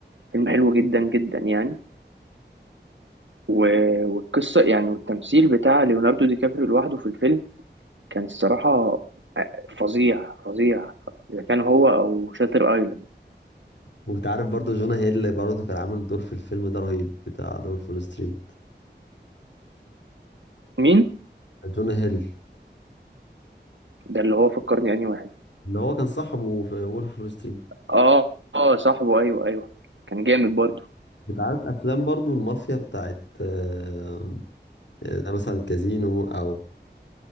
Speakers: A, on the right; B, on the left.
A: فيلم حلو جدا جدا يعني و- والقصة يعني والتمثيل بتاع ليوناردو دي كابريو لوحده في الفيلم كان الصراحة آه، فظيع فظيع إذا كان هو أو شاتر أيلاند
B: وانت عارف برضه جونا هيل برضه كان عامل دور في الفيلم ده رهيب بتاع ذا وولف فول ستريت
A: مين؟
B: جون هيل
A: ده اللي هو فكرني أنهي واحد
B: اللي هو كان صاحبه في وولف وول ستريت
A: آه آه صاحبه أيوه أيوه كان جامد برضه
B: انت عارف افلام برضو المافيا بتاعت آه، آه، مثلا كازينو او